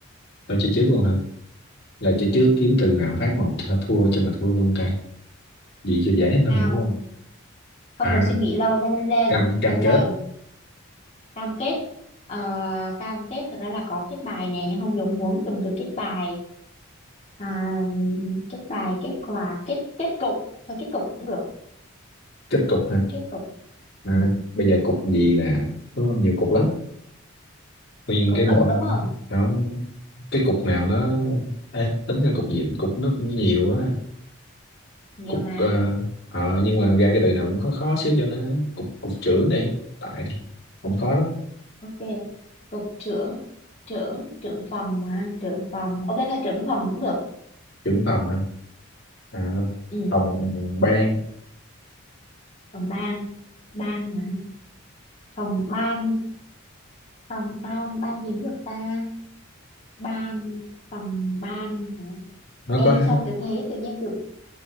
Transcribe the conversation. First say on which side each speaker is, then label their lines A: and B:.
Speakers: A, on the left; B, on the left.
A: tôi chơi trước luôn hả là
B: ừ
A: chơi trước kiếm từ nào phát một th- thua cho mà thua luôn cái gì cho dễ hơn
B: không
A: đúng không
B: không
A: à
B: được suy nghĩ lâu nhanh lên
A: cam cam
B: nhanh
A: kết
B: lên cam kết Ờ, cam kết thật ra là có kết bài nè nhưng không giống muốn dùng từ kết bài à, kết bài kết quà kết kết cục thôi kết cục cũng được
A: kết cục hả
B: kết cục
A: à,
B: ừ.
A: bây giờ cục gì nè đúng không nhiều cục lắm nguyên
B: cục
A: cái bọn
B: đất đúng không
A: nó cái cục nào nó Ê, tính ra cục gì cục nó cũng nhiều á
B: nhiều
A: cục
B: mà
A: ờ, ờ, nhưng mà ra cái từ nào cũng khó khó xíu cho nó cục cục trưởng đi tại đi không khó lắm
B: ok cục trưởng trưởng trưởng phòng mà trưởng phòng ok thôi trưởng phòng cũng được
A: trưởng phòng hả à,
B: ừ.
A: phòng ban
B: phòng ban ban hả? phòng ban phòng ban ban gì cũng được ta ban phòng ban hả?
A: nó
B: ê
A: có
B: sao tôi thấy tự nhiên từ